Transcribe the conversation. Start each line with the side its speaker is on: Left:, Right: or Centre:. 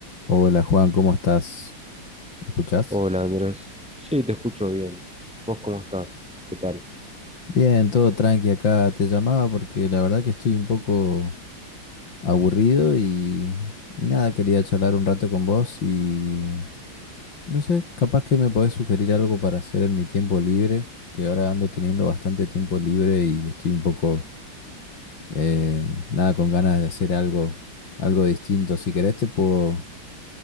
Left: Hola Juan, ¿cómo estás? ¿Me escuchás?
Centre: Hola Andrés, sí, te escucho bien. ¿Vos cómo estás? ¿Qué tal?
Left: Bien, todo tranqui acá. Te llamaba porque la verdad que estoy un poco aburrido y, y nada, quería charlar un rato con vos y no sé, capaz que me podés sugerir algo para hacer en mi tiempo libre, que ahora ando teniendo bastante tiempo libre y estoy un poco, eh, nada, con ganas de hacer algo, algo distinto. Si querés te puedo,